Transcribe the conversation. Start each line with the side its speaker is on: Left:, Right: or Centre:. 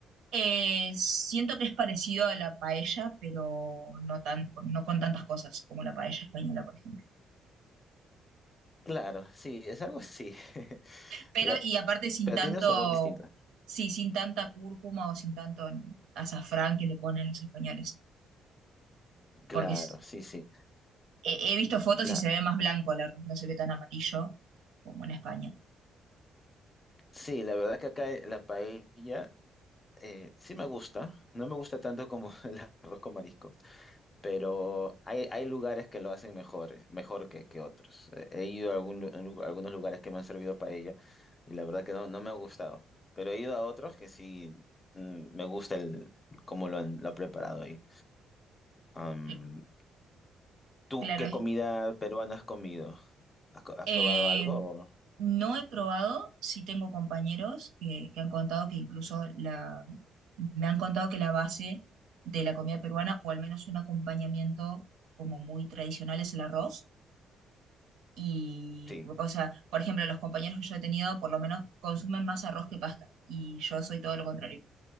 Right: Eh, siento que es parecido a la paella, pero no tan, no con tantas cosas como la paella española, por ejemplo.
Left: Claro, sí, es algo así. <laughs>
Right: Pero,
Left: La-
Right: y aparte sin
Left: pero
Right: tanto,
Left: tiene un sabor distinto.
Right: sí, sin tanta cúrcuma o sin tanto azafrán que le ponen los españoles,
Left: Claro,
Right: porque es-
Left: sí, sí.
Right: he, he visto fotos
Left: La,
Right: y se ve más blanco el arroz, no se ve tan amarillo como en España.
Left: sí, la verdad que acá la paella eh, sí me gusta, no me gusta tanto como <laughs> el arroz con marisco, pero hay, hay lugares que lo hacen mejor, mejor que, que otros. Eh, He ido a, algún lu- lu- algunos lugares que me han servido paella y la verdad que no, no me ha gustado, pero he ido a otros que sí mm, me gusta el, cómo lo han, lo ha preparado ahí. Am,
Right: Cl-
Left: ¿tú
Right: Claro,
Left: qué
Right: es.
Left: comida peruana has comido? ¿Has, co- has
Right: eh,
Left: probado algo? o-
Right: no he probado, sí tengo compañeros que, que han contado que incluso la, me han contado que la base de la comida peruana, o al menos un acompañamiento como muy tradicional, es el arroz. Y,
Left: Sí.
Right: o sea, por ejemplo, los compañeros que yo he tenido, por lo menos consumen más arroz que pasta, y yo soy todo lo contrario.